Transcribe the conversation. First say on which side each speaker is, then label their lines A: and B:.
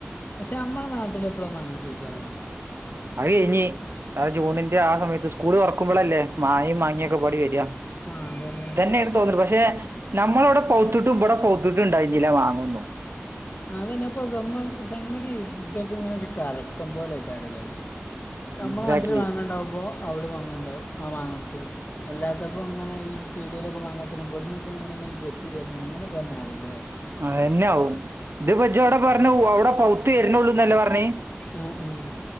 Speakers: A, on the left; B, on the right.
A: പക്ഷേ നമ്മടെ നാട്ടിലെപ്പഴാ മാങ്ങസീസണ്
B: അതേയിനി ആ ജൂണിന്റെ ആ സമയത്ത് സ്കൂൾ തൊറക്കുമ്പോളല്ലേ മാഴേം മാങ്ങ്യേക്കെകൂടി വരാ
A: ആ അതന്നെ
B: ത്തന്നെആണ് തോന്ന്ണ്ട് പക്ഷേ നമ്മളവടെ പൗത്തിട്ടും ഇമ്പടെ പൗത്തിട്ട് ഇണ്ടായിരുന്നില്ല മാങ്ങയൊന്നും
A: അതന്നെപ്പൊ സംഭ സംഗതി ഇതൊക്കെ ഇങ്ങനെ ഒരു കറക്കം പോലെക്കാറല്ലേ നമ്മടെ
B: എക്സാക്ട്ലി
A: നാട്ടില് മാങ്ങാണ്ടാവുമ്പോ അവടെ മാങ്ങണ്ടാവും ആ മാങ്ങക്കും അല്ലാത്തപ്പം ഇങ്ങനെ ഈ പിഠിയലൊക്കെ മാങ്ങത്തന് വെടുന്നൊക്കെങ്ങനെങ്ങനെ കേറ്റി വര്ന് അങ്ങനെ തന്നെ ആവുല്ലേ
B: അതന്നെയ ആവും ഇത് പച്ച അവിടെ പറഞ്ഞു അവിടെ പൗത്ത് വരുന്നള്ളൂന്നല്ലേ പറഞ്ഞേ
A: ഉം ഉം